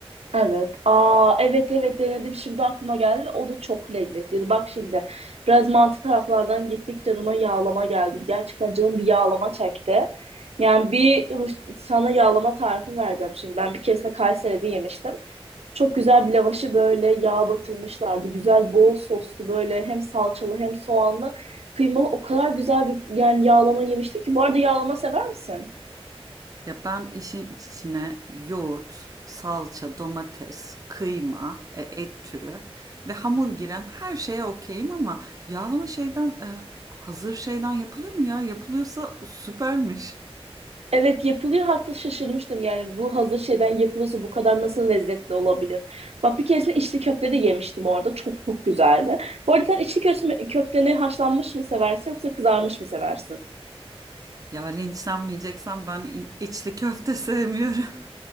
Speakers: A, on the right (about 80°); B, on the right (about 35°).
A: Evet. Aa evet evet denedim. Şimdi aklıma geldi ve o da çok lezzetliydi. Bak şimdi biraz mantı taraflardan gittik canıma yağlama geldi. Gerçekten canım bir yağlama çekti. Yani bir hoş- sana yağlama tarifi vereceğim şimdi. Ben bir keresinde Kayseri'de yemiştim. Çok güzel bir lavaşı böyle yağ batırmışlardı. Güzel bol soslu böyle hem salçalı hem soğanlı kıymalı. O kadar güzel bir yani yağlama yemiştim ki. Bu arada yağlama sever misin?
B: Ya ben işin içine yoğurt, salça, domates, kıyma, e, et türü ve hamur giren her şeye okeyim ama yağlama şeyden e, hazır şeyden yapılıyor mu ya? Yapılıyorsa süpermiş.
A: Evet yapılıyor hatta şaşırmıştım yani bu hazır şeyden yapılıyorsa bu kadar nasıl lezzetli olabilir? Bak bir keresinde içli köfte de yemiştim orada çok çok güzeldi. Bu arada sen içli köfte, köfteni haşlanmış mı seversin yoksa kızarmış mı seversin?
B: Ya linçlenmeyeceksem ben i- içli köfte sevmiyorum.